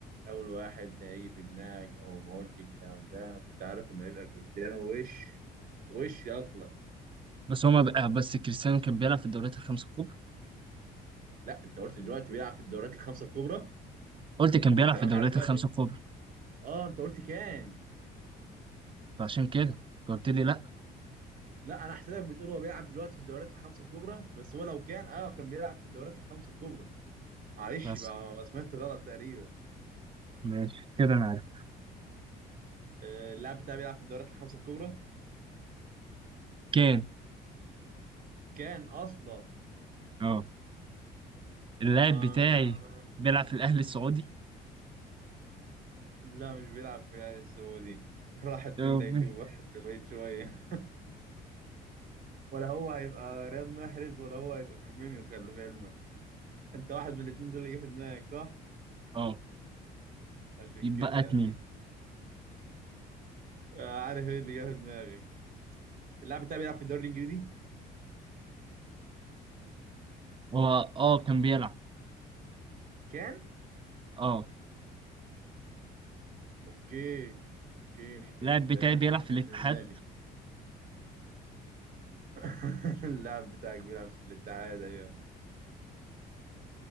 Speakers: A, on the right (about 55°); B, on the right (about 30°).
A: أول واحد هيجي في دماغك أول ما قلت الكلام ده أنا كنت عارف إنه هيبقى كريستيانو وش وش أصلا
B: بس هما بقى آه، بس كريستيانو كان بيلعب في الدوريات الخمسة الكبرى
A: لا أنت قلت دلوقتي بيلعب في الدوريات الخمسة الكبرى
B: قلت كان بيلعب
A: هو كلامك
B: في الدوريات
A: على دلوقتي
B: الخمسة الكبرى
A: أه أنت قلت كان
B: فعشان كده قلت لي لا
A: لا أنا حسيتك بتقول هو بيلعب دلوقتي في الدوريات الخمسة الكبرى بس هو لو كان أه كان بيلعب في الدوريات الخمسة الكبرى معلش
B: بس
A: بقى سمعت غلط تقريبا
B: ماشي كده انا عارف
A: آه، اللاعب بتاعي بيلعب في الدوريات الخمسة الكبرى
B: كان
A: كان أصلا
B: اه اللاعب
A: آه
B: بتاعي بيلعب في الاهلي السعودي
A: لا مش بيلعب في الأهلي السعودي <laughs> راحت
B: اه
A: من دايدوب
B: بي-
A: واحد بقيت شوية <laughs> ولا هو هيبقى رياض محرز ولا هو هيبقى فيرمينيو خلي في علمك انت واحد من الاتنين دول اللي جه في دماغك صح؟
B: آه.
A: عشان
B: يبقى
A: كده
B: اتنين
A: عشان كده آه، عارف ايه اللي جه في دماغك اللاعب بتاعي بيلعب في الدوري الإنجليزي؟
B: هو اه كان بيلعب
A: كان؟
B: اه
A: اوكي اوكي
B: اللاعب بتاعي
A: تقريبا
B: بيلعب
A: كان ما
B: في
A: كانش
B: الاتحاد
A: في دماغي <laughs> اللاعب بتاعك بيلعب في الاتحاد ايوه